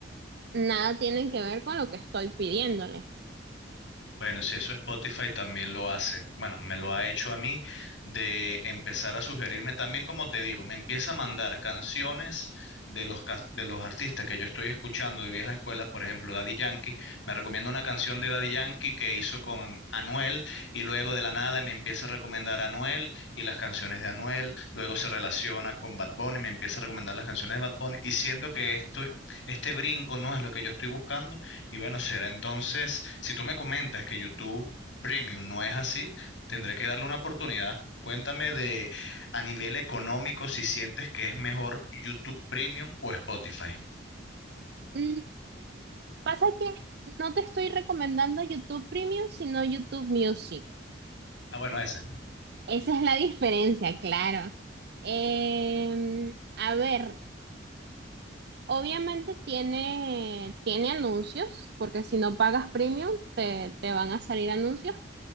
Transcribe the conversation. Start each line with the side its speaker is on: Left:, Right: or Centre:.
Right: nada tienen que ver con lo que estoy pidiéndole.
Left: Bueno, si eso Spotify también lo hace. Bueno, me lo ha hecho a mí de empezar a sugerirme también, como te digo, me empieza a mandar canciones de los, cas- de los artistas que yo estoy escuchando de vieja escuela, por ejemplo, Daddy Yankee. Me recomienda una canción de Daddy Yankee que hizo con Anuel y luego de la nada me empieza a recomendar a Anuel y las canciones de Anuel. Luego se relaciona con Bad Bunny, me empieza a recomendar las canciones de Bad Bunny y siento que esto, este brinco no es lo que yo estoy buscando y bueno, será entonces, si tú me comentas que YouTube Premium no es así, tendré que darle una oportunidad. Cuéntame de a nivel económico si sientes que es mejor YouTube Premium o Spotify.
Right: Mm, pasa que no te estoy recomendando YouTube Premium, sino YouTube Music.
Left: Ah, bueno, ese.
Right: Esa es la diferencia, claro. Em, a ver, obviamente tiene, tiene anuncios, porque si no pagas Premium, te, te van a salir anuncios